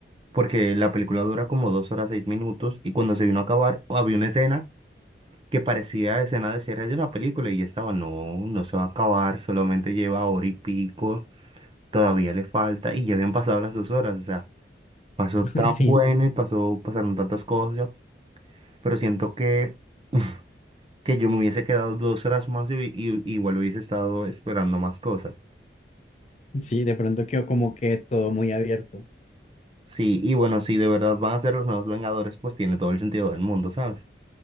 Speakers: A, on the right; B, on the left.
A: porque la película dura como dos horas seis minutos y cuando se vino a acabar había una escena que parecía escena de cierre de una película y ya estaba, no, no se va a acabar, solamente lleva hora y pico, todavía le falta y ya habían pasado las dos horas, o sea, pasó
B: <laughs>
A: tan bueno y pasó, pasaron tantas cosas, pero siento que... <laughs> que yo me hubiese quedado dos horas más y, y- igual hubiese estado esperando más cosas.
B: Sí, sí, de pronto quedó como que todo muy abierto.
A: Sí, y bueno, si de verdad van a ser los nuevos Vengadores, pues tiene todo el sentido del mundo, ¿sabes?